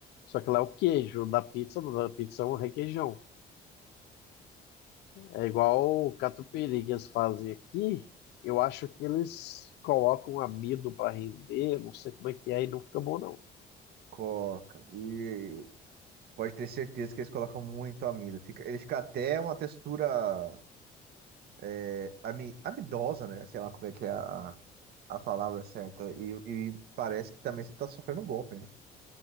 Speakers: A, on the left; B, on the right.
A: Só que lá é o queijo da pizza, da pizza é um requeijão. É igual o catupiry que eles fazem aqui. Eu acho que eles colocam amido para render, não sei como é que é, e não fica bom, não.
B: Coca. E pode ter certeza que eles colocam muito amido. Fica, ele fica até uma textura é, ami, amidosa, né? Sei lá como é que é a, a palavra certa. E, e parece que também você tá sofrendo um golpe, né?